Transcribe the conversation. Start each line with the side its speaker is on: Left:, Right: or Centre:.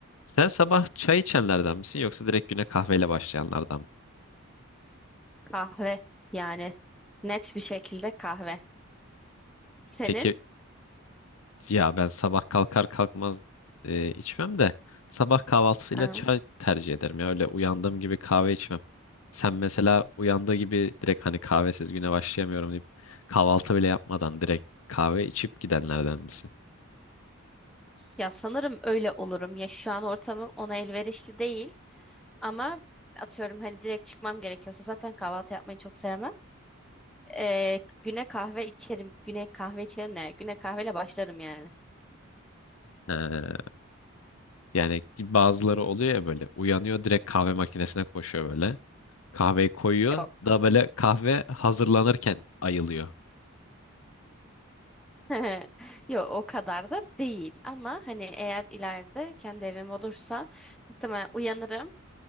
Left: Sen sabah çay içenlerden misin yoksa direkt güne kahveyle başlayanlardan mı?
Centre: Kahve yani net bir şekilde kahve. Senin?
Left: Peki Ya ben sabah kalkar kalkmaz e, içmem de sabah kahvaltısıyla
Centre: Hı.
Left: çay tercih ederim ya öyle uyandığım gibi kahve içmem. Sen mesela uyandığı gibi direkt hani kahvesiz güne başlayamıyorum deyip kahvaltı bile yapmadan direkt kahve içip gidenlerden misin?
Centre: Ya sanırım öyle olurum. Ya şu an ortamım ona elverişli değil ama atıyorum hani direkt çıkmam gerekiyorsa zaten kahvaltı yapmayı çok sevmem. Ee, güne kahve içerim. Güne kahve içerim ne? Güne kahveyle başlarım yani.
Left: He, Yani bazıları oluyor ya böyle uyanıyor direkt kahve makinesine koşuyor böyle. Kahveyi koyuyor
Centre: Yok.
Left: da böyle kahve hazırlanırken ayılıyor.
Centre: <laughs> Yok o kadar da değil ama hani eğer ileride kendi evim olursa muhtemelen uyanırım